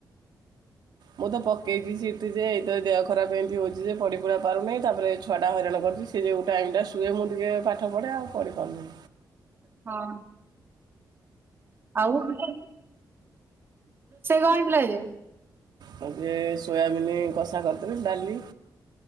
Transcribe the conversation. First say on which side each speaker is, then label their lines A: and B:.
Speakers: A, on the right; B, on the right.
A: ମୁଁ ତ ପକେଇଚି ସିଟି ଯେ, ଏଇ ତ ଦେହ ଖରାପ ଏମିତି ହଉଚି ଯେ, ପଡ଼ିପୁଡ଼ା ପାରୁନାହିଁ, ତାପରେ ଛୁଆଟା ହଇରାଣ କରୁଚି ସେ ଯେଉଁ ଟାଇମ୍ ଟା ଶୁଏ, ମୁଁ ଟିକେ ପାଠ ପଢ଼େ, ଆଉ ପଢିପାରୁନି।
B: ହଁ। ଆଉ, ରୋଷେଇ କଣ ହେଇଥିଲା ଆଜି?
A: ହଉଚି ସୋୟାବିିନି କଷା କରିଥିଲି, ଡାଲି